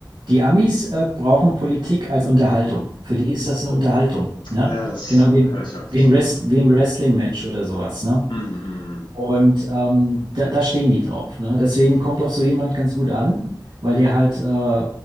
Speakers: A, on the right (about 65°); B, on the left (about 85°).
A: Die Amis äh, brauchen Politik als Unterhaltung. Für die ist das eine Unterhaltung, ne?
B: Ja, das
A: Genau wie,
B: höre
A: ein-
B: ich oft.
A: wie ein Rest,
B: Hm.
A: wie ein Wrestling-Match oder sowas, ne?
B: Mhm, mhm. mhm.
A: Und ähm, da, da stehen die drauf. Ne? Deswegen kommt auch so jemand ganz gut an, weil der halt, äh,